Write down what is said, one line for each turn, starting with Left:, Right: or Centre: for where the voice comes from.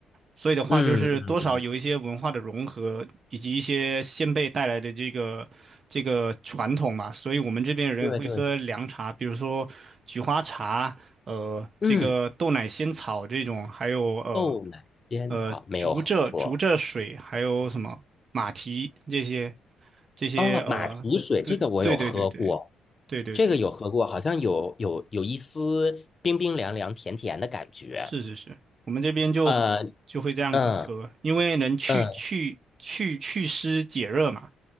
Right: 所以的话，
Left: 嗯嗯嗯，
Right: 就是多少有一些文化的融合，以及一些先辈带来的这个这个传统嘛。所以我们这边的人会喝凉茶，
Left: 对对，
Right: 比如说菊花茶，呃，
Left: 嗯。
Right: 这个豆奶仙草这种，还有呃
Left: 豆奶仙草没有喝过
Right: 呃竹蔗竹蔗水，还有什么马蹄这些这些呃，
Left: 哦，马蹄水这个我有喝过，
Right: 对对对对对对对对，
Left: 这个有喝过，好像有有有一丝冰冰凉凉、甜甜的感觉。
Right: 是是是，我们这边就就会这样子喝，
Left: 呃，嗯
Right: 因为能去去去祛湿解热嘛。
Left: 嗯，